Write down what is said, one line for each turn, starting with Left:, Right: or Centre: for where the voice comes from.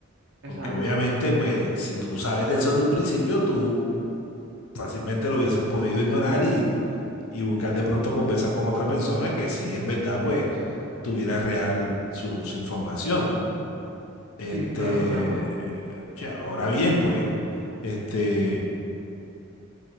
Right: Exacto.
Left: Porque obviamente, pues, si tú sabes de eso desde un principio, tú fácilmente lo hubieses podido ignorar y, y buscar de pronto conversar con otra persona que sí, en verdad, pues, tuviera real su, su información, ¿no? Este,
Right: Sí, claro, claro.
Left: ya, ahora bien, pues, este,